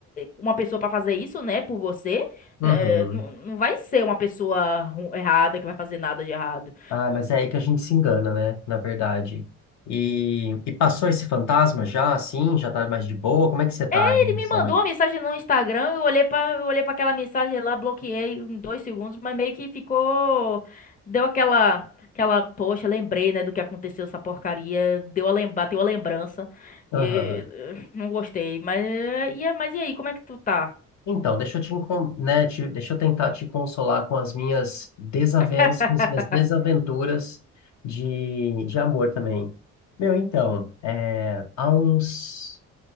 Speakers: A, on the left; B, on the left.
A: uma pessoa pra fazer isso, né, por você,
B: Uhum.
A: é, não, não vai ser uma pessoa ru- errada que vai fazer nada de errado.
B: Ah, mas é aí que a gente se engana, né? Na verdade. E, e passou esse fantasma já, assim? Já tá mais de boa? Como é que você tá
A: Ele
B: em relação
A: me mandou
B: a isso?
A: uma mensagem no Instagram, eu olhei pra eu olhei para aquela mensagem lá, bloqueei em dois segundos, mas meio que ficou, deu aquela, aquela, poxa, lembrei, né, do que aconteceu essa porcaria, deu a lembrar, deu a lembrança,
B: Aham.
A: e, eh, não gostei, mas, eh, e, é- mas e aí, como é que tu tá?
B: Então, deixa eu te, encon- né, te- deixa eu tentar te consolar com as minhas desavenças,
A: <laughs>
B: minhas desaventuras de, de amor também. Meu, então, é, há uns